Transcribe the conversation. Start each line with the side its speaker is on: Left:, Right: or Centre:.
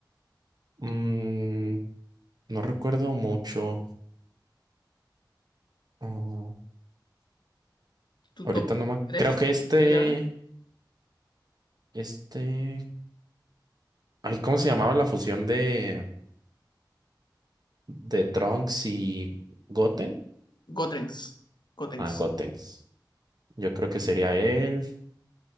Right: Mm, No recuerdo mucho. Oh,
Left: tu
Right: ahorita
Left: top
Right: no me...
Left: 3
Right: Creo que este,
Left: peleadores.
Right: este... Ay, ¿cómo se llamaba la fusión de, de Trunks y Goten?
Left: Gotenks. Gotenks.
Right: Ah, Gotenks. Yo creo que sería él.